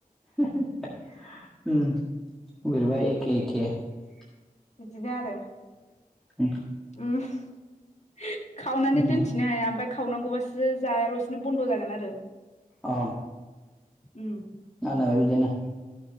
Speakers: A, in the centre; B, on the left (about 50°).
A: <unintelligible> ओम बोरैबा एखे एखे ।
B: बिदिनो आरो
A: उम
B: ओम । खावनानै
A: उम
B: दोनथिनो हाया आमफाय खावनांगौबासो जायाल'स नो बन्द' जागोन आरो
A: अ
B: उम
A: आंनाबो बिदिनो